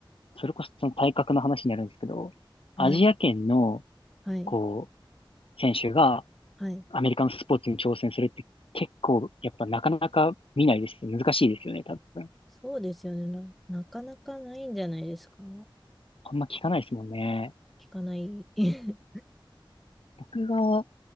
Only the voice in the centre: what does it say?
はい。
はい。
はい。
そうですよね。な、なかなかないんじゃないですか
聞かない。<laughs>